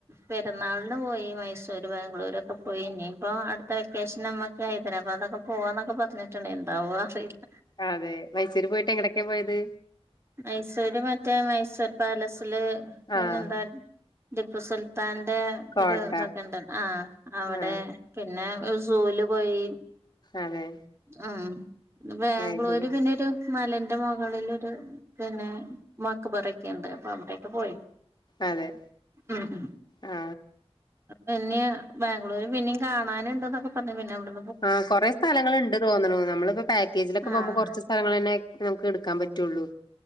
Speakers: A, on the right (about 25°); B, on the left (about 40°).
A: പെരുന്നാളിന് പോയി മൈസൂര് ബാംഗ്ലൂരൊക്കെ പോയി. ഇനി ഇപ്പോ പൊ അടുത്ത വെക്കേഷൻ നമക്ക് ഹൈദരാബാദൊക്കെ പോവാന്നൊക്കെ പറഞ്ഞിട്ടുണ്ട് എന്താവൊ അറിയില്ല
B: ആ അതെ മൈസൂര് പോയിട്ട് എങ്ങ്ടൊക്കെ പോയത്
A: മൈസൂര് മറ്റേ മൈസൂർ പാലസില് പിന്നെന്താ
B: ആഹ്
A: ടിപ്പു സുൽത്താൻ ടെ
B: കോട്ട
A: ഒരു ഇതൊക്കെണ്ട് ആ അവടെ
B: ആഹ്
A: പിന്നെ സൂല് പോയി
B: അതെ
A: ആ ത് ബാംഗ്ലൂര്
B: അത് ശരി
A: പിന്നെരു മലന്റെ മുകളിലൊരു പിന്നെ മക്ക്ബറെക്കെണ്ട് അപ്പൊ അവിടെൊക്കെ പോയി
B: അതെ
A: ഉം ഉം
B: ആ
A: പിന്നെ ബാംഗ്ലൂര് പിന്നീം കാണാനുണ്ടെന്നൊക്കെ പറഞ്ഞു പിന്നെ അവ്ടെ
B: ആ കൊറെേ സ്ഥലങ്ങളുണ്ട് തോന്നുണു നമ്മളിപ്പൊ പാക്കേജിലൊക്കെ പോകുമ്പോ
A: ആഹ്
B: കൊറച്ച് സ്ഥലങ്ങളെന്നെ നമുക്ക് ടുക്കാൻ പ റ്റുള്ളൂ